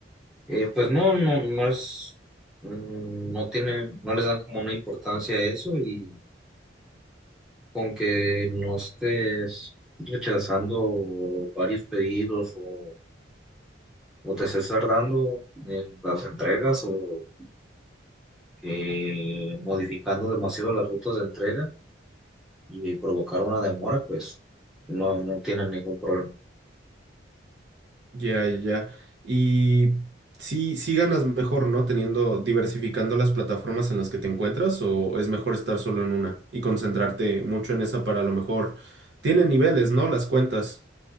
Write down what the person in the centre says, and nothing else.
Eh, pues no, no, no es, mm, no tiene, no les dan como una importancia a eso y con que no estés rechazando varios pedidos o, o te estés tardando en las entregas o eh, modificando demasiado las rutas de entrega y provocar una demora, pues no, no tienen ningún problema.